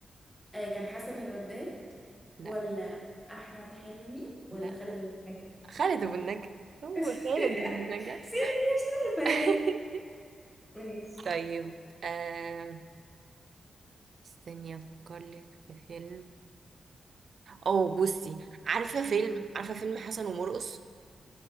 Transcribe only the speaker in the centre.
آه كان حسن الرداد
ولا احمد حلمي ولا
خالد ابو النجا <laughs>
بس
يعني
مش <laughs> عارفه
يعني ماشي
م-م.